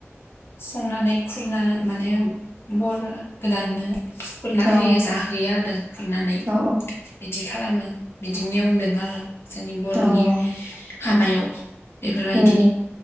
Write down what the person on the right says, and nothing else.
अ
अ
अ
उम